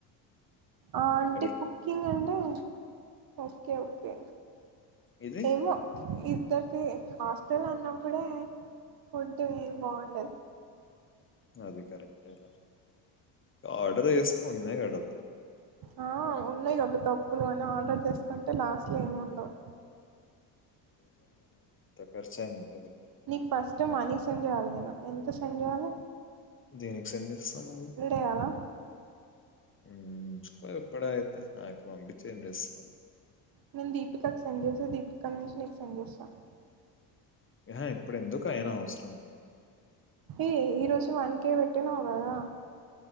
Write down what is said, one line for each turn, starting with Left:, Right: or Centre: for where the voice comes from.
Right: ఆ ఆంటీ
Left: ఎవరు
Right: కుకింగ్ అంటే ఓకే ఓకే
Left: ఇది?
Right: ఏమో ఇ ఇద్దరికి హాస్టల్ అన్నప్పుడే ఫుడ్ ఏం బాగుండదు
Left: అది కరెక్టే లే ఆర్డర్ చేసుకో ఉన్నాయగా డబ్బుల్
Right: ఆ ఉన్నాయి డబ్బుల్ డబ్బులు అలా ఆర్డర్ చేసుకుంటే లాస్ట్లో ఏమి ఉండవు
Left: ఖర్చ ఐంది
Right: నీకు ఫస్ట్ టైం మనీ సెండ్ చెయ్యాలి నేను ఎంత సెన్ సెండ్ జెయ్యాలే
Left: దేనికి సెండ్ చేస్తావ్ మళ్ళ
Right: వేయాలా
Left: ఉంచుకో ఇప్పుడైతే నాకు పంపిచ్చి ఏం చేస్తవ్
Right: నేను దీపికాకు సెండ్ చేసి దీపికా నుంచి నీకు సెండ్ చేస్తాను
Left: ఆ ఇప్పుడు ఎందుకు అయినా అవసరం
Right: ఏ ఈరోజు వన్ కే పెట్టినావు కదా